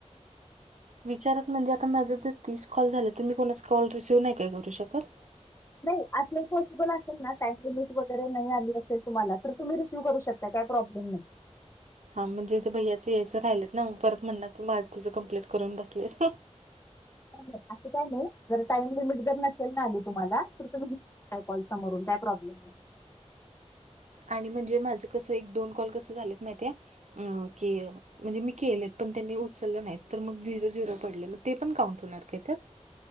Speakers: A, on the right; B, on the left.
A: विचारात म्हणजे आता माझं जर तीस कॉल झाले तर मी कोणास कॉल रिसीव्ह नाही काय करू शकत?
B: नाही असेल पॉसिबल असेल ना टाइम लिमिट वगैरे नाही आली असेल तुम्हाला तर तुम्ही रिसीव्ह करू शक त्या काय प्रॉब्लेम नाय.
A: हा म्हणजे ते भैय्याचा यायचं राहिलेत ना म परत म्हणणार की मा तुझं कंप्लीट करून बसलेस.
B: नाही नाही असं काही नाही जर टाइम लिमिट जर नसेल ना आली तुम्हाला तर तुम्ही काय कॉल समोरून काय प्रॉब्लेम आहे.
A: आणि म्हणजे माझं कसं एक दोन कॉल कसं झालेत माहितय की अ म्हणजे मी केलेत पण त्यांनी उचललं नाहीत तर मग झिरो झिरो पडले मग ते काउंट होणार काय त्यात?